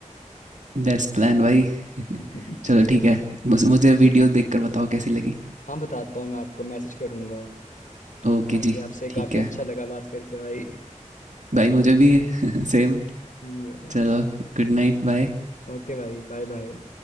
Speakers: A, on the right; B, on the left.
A: बेस्ट प्लान भाई। <laughs>
B: <laughs>
A: चलो ठीक है, मुझ मुझे वीडियो देखकर बताओ कैसी लगी।
B: हाँ बताता हूँ मैं आपको मैसेज करूंगा
A: ओके
B: बाकी
A: जी,
B: आपसे
A: ठीक
B: काफ़ी
A: है।
B: अच्छा लगा बात करके भाई
A: भाई मुझे भी <laughs> सेम।
B: <laughs>
A: चलो गुड नाइट, बाय।
B: ओके भाई बाय बाय